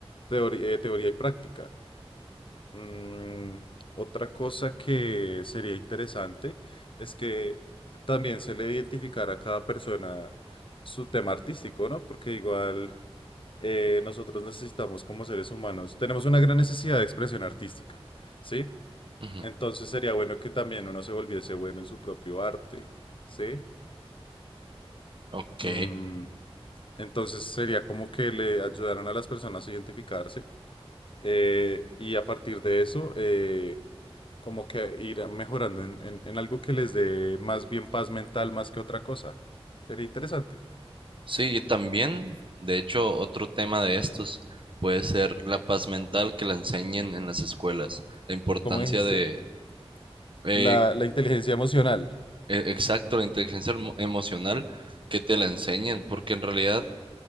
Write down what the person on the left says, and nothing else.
teori- eh, teoría y práctica. Mm, otra cosa que sería interesante es que también se le identificara a cada persona su tema artístico, ¿no? Porque igual... eh, nosotros necesitamos como seres humanos, tenemos una gran necesidad de expresión artística, ¿sí?
Entonces sería bueno que también uno se volviese bueno en su propio arte, ¿sí?
Mm, entonces sería como que le ayudaran a las personas a identificarse eh, y a partir de eso, eh, como que ir mejorando en, en- en algo que les dé más bien paz mental más que otra cosa. Sería interesante.
Como dijiste,
la, la inteligencia emocional.